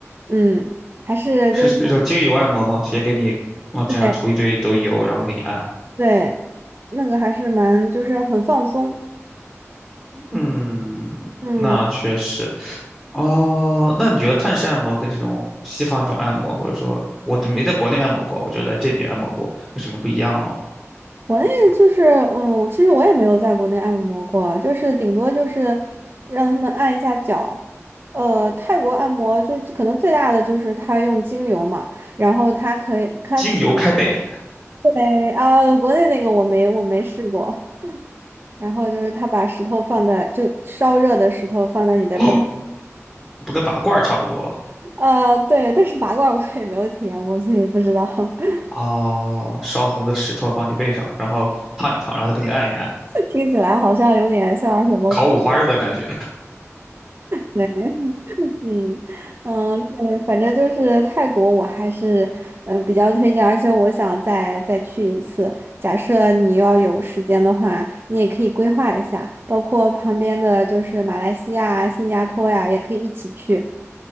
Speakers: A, on the right; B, on the left.
A: 嗯，还是就是
B: 是那种精油按摩吗？直接给你往身上涂一堆都油，
A: 对
B: 然后给你按。
A: 对，那个还是蛮就是很放松，
B: 嗯，
A: 嗯，
B: 那确实。哦，那你觉得泰式按摩跟这种西方这种按摩，或者说我没在国内按摩过，我就在这边按摩过，有什么不一样吗？
A: 国内就是嗯，我其实我也没有在国内按摩过，就是顶多就是让他们按一下脚，呃，泰国按摩就是可能最大的就是他用精油嘛，然后他可以他可
B: 精油开背，
A: 对啊，国内那个我没我没试过，然后就是他把石头放在，就烧热的石头放在你的背，
B: <clears throat> 不跟拔罐儿差不多了。
A: 呃，对，但是拔罐我也没有体验过，所以不知道。<laughs>
B: 哦，烧红的石头放你背上，然后烫一烫，然后再给你按一按，
A: 听起来好像有点像什么苦，
B: 烤五花肉的感觉。
A: 对，嗯嗯，对，反正就是泰国，我还是嗯、呃比较推荐，而且我想再再去一次。假设你要有时间的话，你也可以规划一下，包括旁边的就是马来西亚啊新加坡呀、也可以一起去。